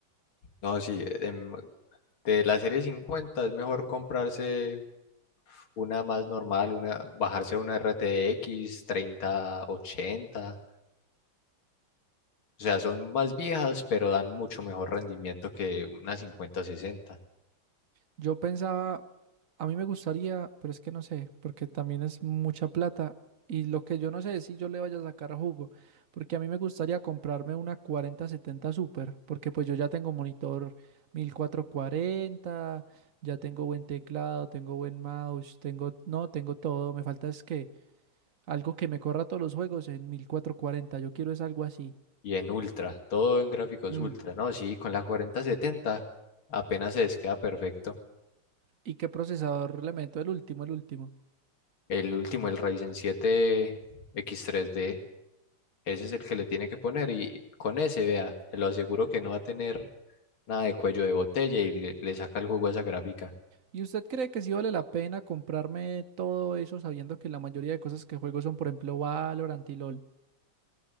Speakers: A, on the left; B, on the right.
A: No, sí, em, de la serie 50 es mejor comprarse una más normal, una, bajarse a una RTX 3080. O sea, son más viejas, pero dan mucho mejor rendimiento que una 5060.
B: Yo pensaba, a mí me gustaría, pero es que no sé, porque también es mucha plata y lo que yo no sé es si yo le vaya a sacar jugo, porque a mí me gustaría comprarme una cuarenta setenta Super, porque pues yo ya tengo monitor 1440, ya tengo buen teclado, tengo buen mouse, tengo, no, tengo todo, me falta es que algo que me corra todos los juegos en 1440. yo quiero es algo así.
A: Y en ultra, todo en gráficos
B: Mm,
A: ultra, ¿no? Sí, con la 4070 apenas se les queda perfecto.
B: ¿Y qué procesador le meto? El último, el último.
A: El último, el Ryzen siete x tres d ese es el que le tiene que poner y con ese, vea, lo aseguro que no va a tener nada de cuello de botella y le, le saca el jugo a esa gráfica.
B: ¿Y usted cree que sí vale la pena comprarme todo eso sabiendo que la mayoría de cosas que juego son, por ejemplo, Valorant y LOL?